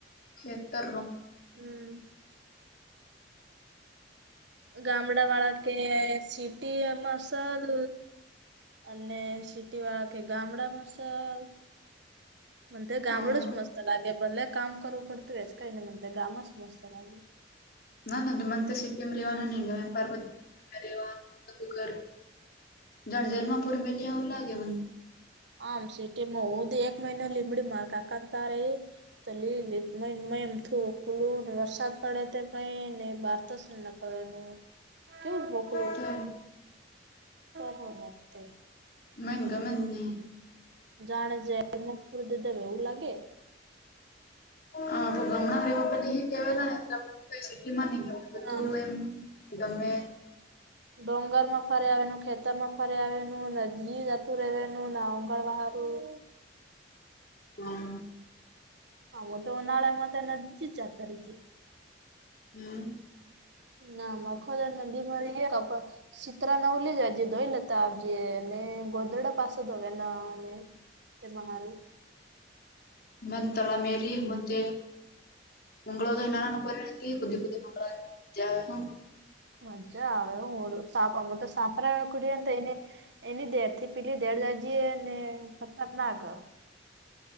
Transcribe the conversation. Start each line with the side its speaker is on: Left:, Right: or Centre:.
Left: ઘ કર નક <unintelligible>
Right: હમ ગામડા વાળા કે સિટી એમાંસલ અને સિટી વાળા કે ગામડા મસાાલ મ તો ગામડસ
Left: હમ
Right: મસ્ત લાગે ભલે કામ કરવું પડતું એ કઈ નન ગામસ મસ્ત ગ
Left: ના ન મંત સટીમ રવાનું નંગ વ્યાપાર બધું આવાધું કર જાણ જલમાપુરી મિ્યા ઓ લાગાગ મ
Right: આમ સીટીીમાં ઉદ એકક મહિના લિમડી મારકકંતારે તલી લ મ મયમ થો કુલોુંને વરષ સાદ પડે તે કઈને બહાર તોસ ને નકળવા એનું કેવ મોોકલો
Left: તો
Right: કરનેખતે
Left: મગ મંદને
Right: જાણે જે મ ફુર દ દે એવું લાગે
Left: હા તો ગમડાર એમાં પલી એ કેવાલા ને કઈ સિટી માં નઈ ગવું બધું
Right: હા
Left: એમ ગમે
Right: ડોગર માં ફરે આવેનું ખેતર માં ફરે આવેનું ના જીવ જતું રહેવાનું ના ઓંગણ બારું
Left: હમ
Right: હા હ તો નાળ મત એને દ જ ચાર તારીખ
Left: હમ
Right: ના મખજા નદીમાં સીિતરા ના ઉલી જાય જે દો લે ત ને ગોદડા પાસ દવે નાને તે માારું
Left: હ તળ મેરી મંત ઉંગ્ળોના પરીણા કુદીી કુ ન હ <unintelligible>
Right: મજ્જા આવે હડું સાપ મ તો સાપરા કડી અ એઈની એની દેડ થી પેલી દેડ જ જે ને ફતર ના ગયો